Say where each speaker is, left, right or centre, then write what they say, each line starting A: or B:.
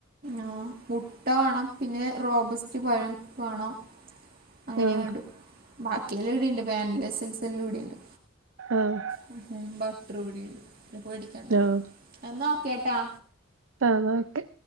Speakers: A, on the right; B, on the right.
A: ആഹ്, മുട്ട വാണം പിന്നെ റോബസ്റ്റ് പഴം വാണം. അങ്ങനെയെ
B: ആഹ്
A: വേണ്ടു ബാക്കിയെല്ലാം ഇവിടെയ്ണ്ട് വാനില എസൻസെല്ലുവിടെയുണ്ട്
B: ആഹ്.
A: ഹ്മ് ഹ്മ് ബട്ടറോളിയ്ണ്ട് പിന്നെ പേടിക്ക
B: ആഹ
A: എന്നാ ഓക്കെട്ടാ.
B: ആ ന്നാ ഓക്കെ.